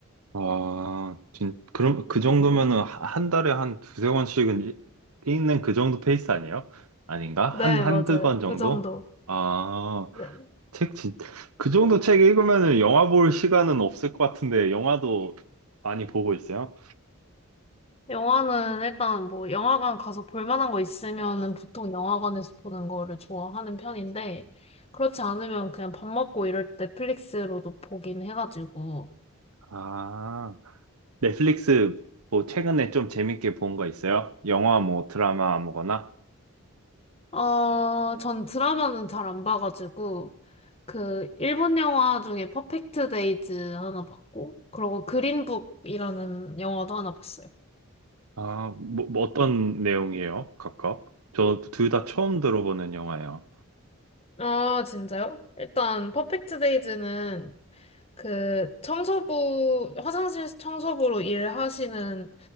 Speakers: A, on the right (about 85°); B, on the left (about 25°).
A: 와, 진, 그럼 그 정도면은 하- 한 달에 한 두세 권씩은 읽- 읽는 그 정도 페이스 아니에요? 아닌가?
B: 네,
A: 한, 한
B: 맞아요.
A: 두 권 정도?
B: 그 정도.
A: 아,
B: 네.
A: 책 진, 그 정도 책 읽으면은 영화 볼 시간은 없을 것 같은데 영화도 많이 보고 있어요?
B: 영화는 일단 뭐, 영화관 가서 볼 만한 거 있으면은 보통 영화관에서 보는 거를 좋아하는 편인데, 그렇지 않으면 그냥 밥 먹고 이럴 때 넷플릭스로도 보긴 해가지고,
A: 아, 넷플릭스 뭐 최근에 좀 재밌게 본 거 있어요? 영화 뭐 드라마 아무거나?
B: 어, 전 드라마는 잘 안 봐가지고, 그, 일본 영화 중에 퍼펙트 데이즈 하나 봤고, 그리고 그린북이라는 영화도 하나 봤어요.
A: 아, 뭐, 뭐 어떤 내용이에요? 각각? 저 둘 다 처음 들어보는 영화예요.
B: 아, 진짜요? 일단 퍼펙트 데이즈는 그 청소부 화장실 청소부로 일하시는